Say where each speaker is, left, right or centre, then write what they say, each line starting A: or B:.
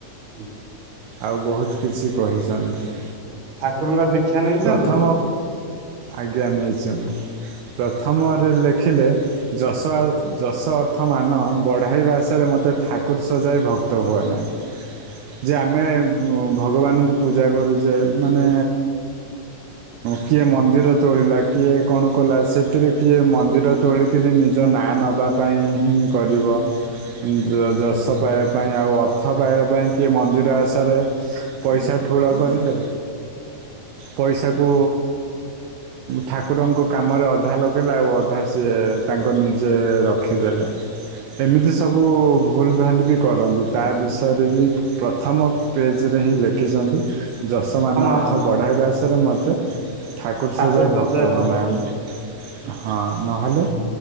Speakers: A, on the right; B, on the right.
A: ହୁଁ
B: ଆଉ ବହୁତ କିଛି କହିଛନ୍ତି
A: ଠାକୁରଙ୍କ ଦୀକ୍ଷା ନେଇଛନ୍ତି
B: ପ୍ରଥମ ଆଜ୍ଞା ନେଇଛି ମୁଁ ପ୍ରଥମରେ ଲେଖିଲେ ଯଶ ଯଶ ଅର୍ଥ ମାନ ବଢ଼ାଇବା ଆସାରେ ମୋତେ ଠାକୁର ସଜାଇ ଭକ୍ତ ହୁଅନାହିଁ ଯେ ଆମେ ଭଗବାନଙ୍କୁ ପୂଜାକରୁଛେ ମାନେ କିଏ ମନ୍ଦିର ତୋଳିଲା କିଏ କଣ କଲା ସେଥିରେ କିଏ ମନ୍ଦିର ତୋଳିକିରି ନିଜ ନାଁ ନେବା ପାଇଁ ହିଁ କରିବ। ଯ ଯଶ ପାଇବା ପାଇଁ ଆଉ ଅର୍ଥ ପାଇବା ପାଇଁ କିଏ ମନ୍ଦିର ଆସାରେ ପଇସା ଠୁଳ କରିଲେ ପଇସାକୁ ଠାକୁରଙ୍କ କାମରେ ଅଧା ଲଗାଇଲେ ଆଉ ଅଧା ସିଏ ତାଙ୍କ ନିଜେ ରଖିଦେଲେ। ଏମିତି ସବୁ ଭୁଲ ଭାଲ ବି କରନ୍ତି ତା ବିଷୟରେ ବି ପ୍ରଥମ ପେଜରେ ହିଁ ଲେଖିଛନ୍ତି। ଯଶମାନ
A: ମା
B: ଅର୍ଥ
A: ହଁ
B: ବଢ଼ାଇବାସରେ ମୋତେ ଠାକୁର
A: ଠାକୁର
B: ସଜାଇ
A: ସଜାଏ
B: ଭକ୍ତ ଭନାମେ ହଁ ନହେଲେ